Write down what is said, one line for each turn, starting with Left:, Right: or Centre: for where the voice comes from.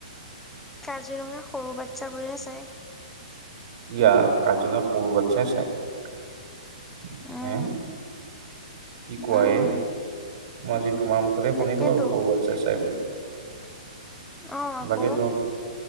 Centre: কাজিৰঙা সৰু বাচ্ছাবোৰে চায়।
Right: ইয়াৰ কাজিৰঙা সৰু বাট চাই, চাই
Centre: উম
Right: হে কি কোৱ
Centre: উম
Right: এ মই আজি তোমাৰ মুখতে
Centre: তাকেতো
Right: শুনিলো আৰু সৰুবাক চাই চাই বুলি
Centre: অ আকৌ
Right: বাকী য